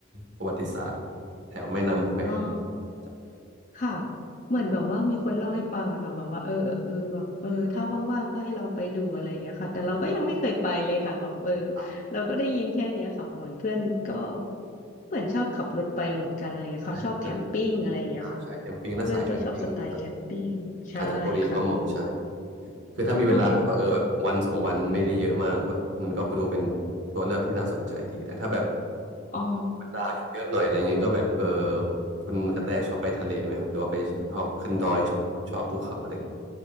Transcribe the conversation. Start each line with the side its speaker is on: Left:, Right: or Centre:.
Right: ประวัติศาสตร์แถวแม่น้ำแควมน
Left: อ่า
Right: จะ
Left: ค่ะเหมือนแบบว่ามีคนเล่าให้ฟังอะค่ะแบบว่าเออเออแบบเออถ้าว่างๆก็ให้ลองไปดูอะไรอย่างเงี้ยค่ะแต่เราก็ยังไม่เคยไปเลยค่ะแบบเออ
Right: มีครับ
Left: เราก็ได้ยินแค่เนี้ยค่ะเหมือนเพื่อนก็เหมือนชอบขับรถไปเหมือนกันอะไรเงี้ยเขาชอบแคมปิ้งอะไรอย่างเงี้ยค่ะ
Right: ใช่คือมันอ่าใช่แคมปิ้งน่าสายแคมปิ้งก็
Left: เพื่อนก็ชอบสไตล์แคมปิ้งใช่ค่ะอืม
Right: กาญจนบุรีก็เหมาะใช่คือถ้ามีเวลาแบบว่าเออแบบวันสองวันไม่ได้เยอะมากก็มันก็ไปดูเป็น
Left: ใช่ค่ะก็
Right: ตัวเลือกที่น่าสนใจดีแต่ถ้าแบบ
Left: อ๋อ
Right: เลาเยอะๆหน่อยอะไรเงี้ยก็แบบเออคุณกระแตชอบไปทะเลไหมครับหรือว่าไปชอบขึ้นดอยชอบชอบภูเขาอะไรเงี้ย